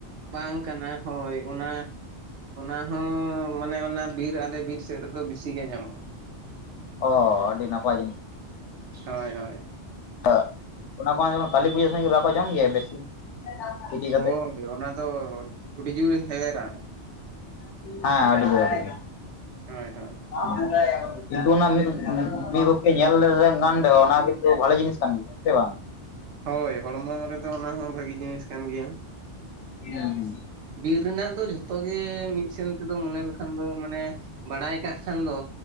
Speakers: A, on the right; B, on the left.
A: ᱵᱟᱝ ᱠᱟᱱᱟ ᱦᱳᱭ ᱚᱱᱟᱼᱼ ᱚᱱᱟ ᱦᱚᱸ ᱢᱟᱱᱮ ᱚᱱᱟ ᱵᱤᱨ ᱟᱞᱮ ᱵᱤᱨ ᱥᱮᱫ ᱨᱮᱫᱚ ᱵᱤᱥᱤ ᱜᱮ ᱧᱟᱢᱚᱜ-ᱟ᱾
B: ᱚᱻ ᱟᱹᱰᱤ ᱱᱟᱯᱟᱭ ᱡᱤᱱᱤᱥ?
A: ᱦᱮᱸᱼᱦᱮᱸ
B: <inaudible> ᱚᱱᱟ ᱠᱚᱦᱚᱸ ᱠᱟᱹᱞᱤ ᱯᱩᱡᱟᱹ ᱥᱮᱱ ᱜᱮ ᱵᱟᱠᱚ ᱡᱚᱢ ᱜᱮᱭᱟ? ᱵᱮᱥᱤ, ᱛᱤᱠᱤ
A: ᱦᱮᱣᱮᱨ
B: ᱠᱟᱛᱮ
A: ᱨᱮ ᱚᱱᱟ ᱫᱚ ᱩᱰᱤ ᱡᱩᱨ ᱦᱮᱣᱮᱨᱟ᱾
B: ᱦᱮᱸ ᱟᱹᱰᱤ ᱜᱮ ᱟᱹᱰᱤ ᱜᱮᱼᱼ
A: ᱦᱮᱸ-ᱦᱮᱸ
B: <unintelligible> ᱠᱤᱱᱛᱩ ᱚᱱᱟ ᱢᱤᱫ ᱯᱚᱠᱮ ᱧᱮᱞ ᱫᱚ ᱚᱱᱟ ᱠᱚᱫᱚ ᱵᱷᱟᱞᱮ ᱡᱤᱱᱤᱥ ᱠᱟᱱ ᱜᱮᱭᱟ ᱦᱮᱸᱥᱮ ᱵᱟᱝ?
A: ᱦᱳᱭ ᱦᱚᱲᱢᱚ ᱨᱮᱫᱚ ᱚᱱᱟ ᱦᱚᱸ ᱵᱷᱟᱹᱜᱤ ᱡᱤᱱᱤᱥ ᱠᱟᱱ ᱜᱮᱭᱟ᱾
B: ᱦᱩᱸ ᱦᱩᱸ
A: ᱵᱤᱨ ᱨᱮᱱᱟᱜ ᱫᱚ ᱡᱷᱚᱛᱚ ᱜᱮ, ᱢᱤᱫᱼᱼ <inaudible> ᱢᱚᱱᱮ ᱞᱮᱠᱷᱟᱱ ᱫᱚ ᱢᱟᱱᱮ ᱵᱟᱲᱟᱭ ᱠᱟᱜ ᱠᱷᱟᱱ ᱫᱚᱼᱼ